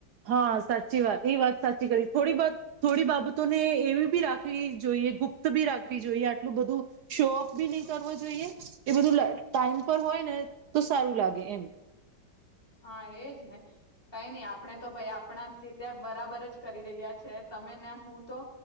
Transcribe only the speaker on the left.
હા. એજ ને. કઈ નઈ આપણે તો ભાઈ આપણા રીતે બરાબર જ કરી રહ્યા છે તમે ને હું તો